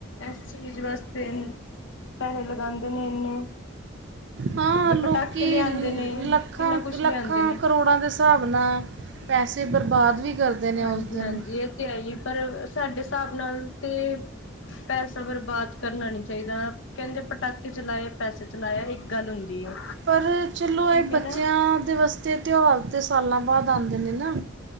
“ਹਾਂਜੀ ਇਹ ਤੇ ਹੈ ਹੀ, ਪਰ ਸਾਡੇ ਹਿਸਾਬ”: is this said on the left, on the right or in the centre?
Left